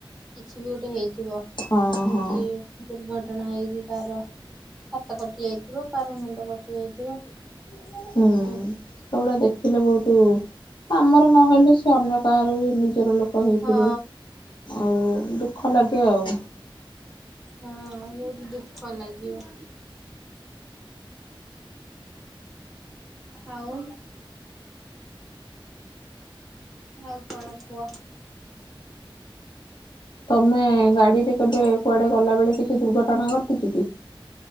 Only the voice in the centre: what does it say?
କିଛି ବି ଗୋଟେ ହେଇଥିବ ଏମିତି
ଦୁର୍ଘଟଣା ହେଇକି କାହାର ହାତ କଟି ଯାଇଥିବ କାହାର ମୁଣ୍ଡ କଟି ଯାଇଥିବ
ହଁ
ହଁ
ହଁ ବହୁତ ଦୁଃଖ ଲାଗିବ ଆଉ ଆଉ କଣ କୁହ